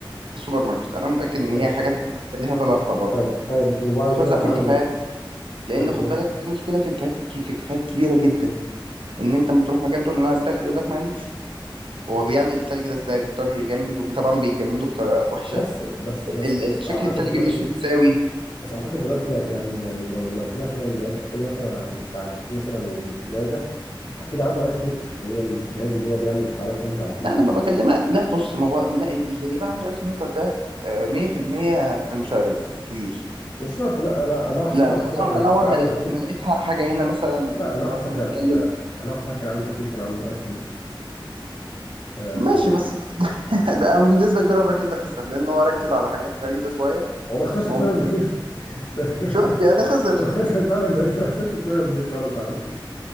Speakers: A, on the right; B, on the left.
A: في السوبر ماركت أنا متأكد إن
B: ماشي
A: هي حاجات ليها طلبها برضه
B: طيب طيب وبعد
A: بيتوزع
B: كده بقى
A: في
B: هعمل
A: الكافيهات
B: ايه
A: لأن
B: طيب
A: خد
B: ماشي
A: بالك دي مشكلة في الكافيهات في الكافيهات كبيرة جدا إن أنت لما تروح مكان تقول له أنا عايز تلج يقول لك ما عنديش هو بيعمل التلج ده إزاي بيضطر يجمد وطبعا بيجمده بطريقة وحشة
B: بس بس بس
A: ال-
B: بس
A: ال- شكل
B: اعتقد
A: التلج
B: دلوقتي
A: مش متساوي
B: بس اعتقد دلوقتي يعني يعني يعني لو لو في مثلا لو انت بتتكلم مثلا عن عن كافيه مثلا ناجح اكيد عنده ايس ميكر اللي هي الجهاز اللي هو بيعمل مكعبات ثلج على طول
A: لا انا
B: ده
A: ما بكلمك لا بص ما هو لا، اللي يبقى عنده ايس ميكر ده آه، 100% فرانشايز كبير
B: مش شرط لا انا انا واحد
A: لا
B: صاحبي
A: لا
B: على فكره
A: انا
B: كان
A: انا اول
B: كان عنده
A: ما لقيت
B: كافيه
A: ما لقيت حاجه هنا مثلا يعني
B: لا انا واحد
A: لو احنا
B: صاحبي
A: بنتكلم
B: على فكره انا واحد صاحبي كان عنده كافيه وكان عنده ايس ميكر آه،
A: ماشي بس <laughs> ده ده بنسبه كبيره الراجل ده خسر لان هو ركز على حاجات غريبه شويه
B: هو ما خسرش
A: هو
B: بسبب
A: ممكن
B: دي <laughs> بس
A: شفت يعني خسر
B: هو خسر فعلا بس ما خسرش بسبب دي خالص على فكره